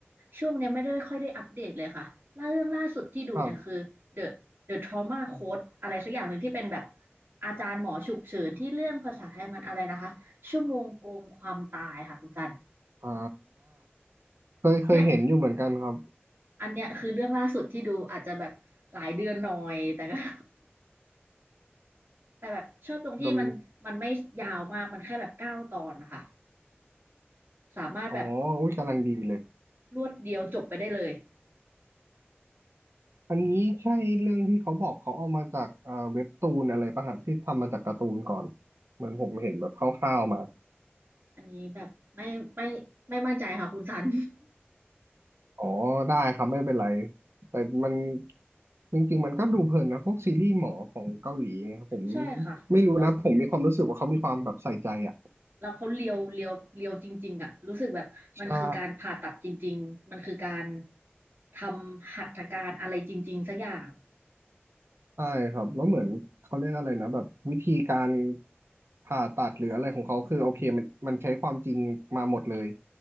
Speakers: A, on the right; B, on the right.
A: ช่วงเนี้ยไม่ได้ค่อยได้อัปเดตเลยค่ะล่าเรื่องล่าสุดที่ดูเนี่ยคือ
B: ครับ
A: The The Trauma Code อะไรสักอย่างหนึ่งที่เป็นแบบอาจารย์หมอฉุกเฉินที่เรื่องภาษาไทยมันอะไรนะคะชั่วโมงโกงความตายค่ะคุณจัน
B: อ่า เคยเคยเห็นอยู่เหมือนกันครับ
A: เนี่ยอันเนี้ยคือเรื่องล่าสุดที่ดูอาจจะแบบหลายเดือนหน่อยแต่ก็ <laughs> แต่แบบชอบตรงที่มันมันไม่ยาวมากมันแค่แบบเก้าตอนนะคะ
B: ลำ
A: สามารถแบบ
B: อ๋ออุ้ยกำลังดีเลย
A: รวดเดียวจบไปได้เลย
B: อันนี้ใช่เรื่องที่เขาบอกเขาเอามาจากเอ่อเว็บตูนอะไรปะฮะที่ทำมาจากการ์ตูนก่อน เหมือนผมเห็นแบบคร่าวๆมา
A: อันนี้แบบไม่ไม่ไม่มั่นใจค่ะคุณซัน
B: อ๋อ ได้ครับไม่เป็นไร แต่มันจริงๆมันก็ดูเพลินนะพวกซีรีส์หมอของเกาหลีไงครับผม
A: ใช่ค่ะแล้ว
B: ไม่รู้นะผมมีความรู้สึกว่าเขามีความแบบใส่ใจอ่ะ
A: เราเขาเลียวเลียวเลียวจริงๆอะรู้สึกแบบมันคือการผ่าตัดจริงๆมันคือการ
B: ใช่
A: ทำหัตถการอะไรจริงๆสักอย่าง
B: ใช่ครับแล้วเหมือนเขาเรียกอะไรนะแบบวิธีการผ่าตัดหรืออะไรของเขาคือโอเคมันมันใช้ความจริงมาหมดเลย